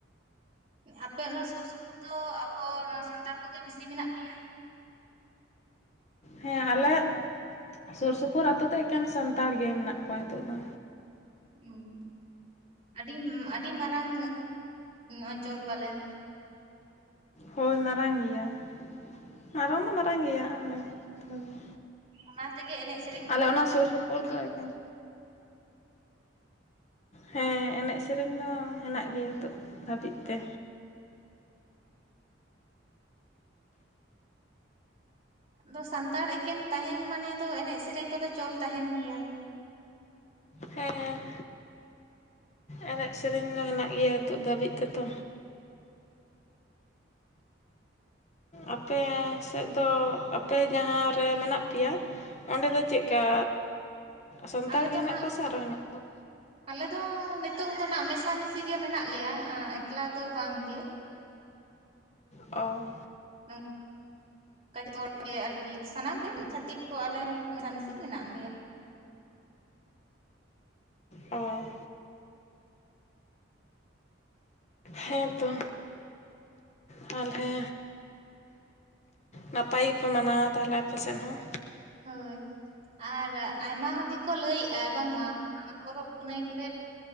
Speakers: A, on the right; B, on the left.
A: ᱟᱯᱮ ᱚᱱᱟ ᱥᱩᱨ ᱥᱩᱯᱩᱨ ᱫᱚ ᱟᱵᱚ ᱱᱚᱣᱟ ᱥᱟᱱᱛᱟᱲ ᱠᱚᱜᱮ ᱵᱤᱥᱤ ᱢᱮᱱᱟᱜ ᱯᱮᱭᱟ
B: ᱦᱮᱸ ᱟᱞᱮ ᱥᱩᱨ ᱥᱩᱯᱩᱨ ᱟᱛᱳ ᱫᱚ ᱮᱠᱮᱱ ᱥᱟᱱᱛᱟᱲ ᱜᱮ ᱢᱮᱱᱟᱜ ᱠᱚᱣᱟ ᱱᱤᱛᱚᱜ ᱫᱚ
A: ᱦᱩᱸ ᱟᱹᱰᱤ ᱟᱹᱰᱤ ᱢᱟᱨᱟᱝ ᱚᱧᱪᱚᱞ ᱯᱟᱞᱮᱱ
B: ᱦᱳᱭ ᱢᱟᱨᱟᱝ ᱜᱮᱭᱟ ᱢᱟᱨᱟᱝ ᱫᱚ ᱢᱟᱨᱟᱝ ᱜᱮᱭᱟ ᱚᱱᱮ ᱛᱟᱞᱦᱮ
A: ᱚᱱᱟ ᱛᱮᱜᱮ ᱮᱱᱮᱡ ᱥᱮᱨᱮᱧ ᱠᱚᱦᱚᱸ
B: ᱟᱞᱮ ᱚᱱᱟ
A: ᱫᱚᱢᱮ
B: ᱥᱩᱨ
A: ᱦᱩᱭᱩᱜ
B: ᱥᱩᱯᱩᱨ ᱫᱚ ᱮᱠᱷᱮᱱ ᱦᱮᱸ ᱮᱱᱮᱡ ᱥᱮᱨᱮᱧ ᱫᱚ ᱦᱮᱱᱟᱜ ᱜᱮᱭᱟ ᱱᱤᱛᱳ ᱦᱟᱹᱵᱤᱡ ᱛᱮ
A: ᱟᱫᱚ ᱥᱟᱱᱛᱟᱲ ᱮᱠᱮᱱ ᱛᱟᱸᱦᱮᱱ ᱢᱟᱱᱮ ᱫᱚ ᱮᱱᱮᱡ ᱥᱮᱨᱮᱧ ᱠᱚᱫᱚ ᱪᱚᱞ ᱛᱟᱸᱦᱮᱱ ᱜᱮᱭᱟ
B: ᱦᱮᱸ ᱮᱱᱮᱡ ᱥᱮᱨᱮᱧ ᱫᱚ ᱦᱮᱱᱟᱜ ᱜᱮᱭᱟ ᱱᱤᱛᱚᱜ ᱫᱷᱟᱹᱵᱤᱡ ᱛᱮᱛᱚ ᱟᱯᱮ ᱥᱮᱫ ᱫᱚ ᱟᱯᱮ ᱡᱟᱦᱟᱸᱨᱮ ᱢᱮᱱᱟᱜ ᱯᱮᱭᱟ ᱚᱸᱰᱮ ᱫᱚ ᱪᱮᱫᱞᱠᱟ ᱥᱟᱱᱛᱟᱲ
A: ᱟᱞᱮ
B: ᱜᱮ
A: ᱫᱚ
B: ᱦᱮᱱᱟᱜ
A: ᱱᱟᱜ
B: ᱠᱚᱣᱟ ᱥᱮ ᱟᱨᱚ ᱦᱮᱱᱟᱜ ᱠᱚᱣᱟ
A: ᱟᱞᱮ ᱫᱚ ᱱᱤᱛᱚᱝ ᱫᱚ ᱱᱟᱜ ᱢᱮᱥᱟᱢᱤᱥᱤ ᱜᱮ ᱢᱮᱱᱟᱜ ᱞᱮᱭᱟ ᱮᱠᱞᱟ ᱫᱚ ᱵᱟᱝ ᱜᱮ
B: ᱚ
A: <unintelligible> ᱱᱚᱝ ᱠᱟ ᱦᱚᱲ ᱜᱮ ᱟᱨᱠᱤ ᱥᱟᱱᱟᱢ ᱠᱚᱜᱮ ᱪᱷᱟᱟᱹᱛᱤᱠ ᱠᱚ ᱟᱞᱮ ᱦᱚᱸ ᱢᱮᱥ ᱢᱤᱥᱤ ᱜᱮ ᱢᱮᱱᱟᱜ ᱞᱮᱭᱟ
B: ᱚ ᱦᱮᱸᱛᱚ ᱛᱟᱞᱦᱮ ᱱᱟᱯᱟᱭ ᱜᱮᱯᱮ ᱢᱟᱱᱟᱣᱟ ᱛᱟᱞᱦᱮ ᱟᱯᱮ ᱥᱮᱫ ᱦᱚᱸ
A: ᱦᱳᱭ ᱟᱨ ᱟᱭᱢᱟ ᱦᱚᱲ ᱜᱮᱠᱚ ᱞᱟᱹᱭᱮᱫᱼᱟ ᱵᱟᱝᱢᱟ ᱯᱚᱨᱚᱵᱽ ᱯᱩᱱᱟᱹᱭ ᱠᱚᱨᱮ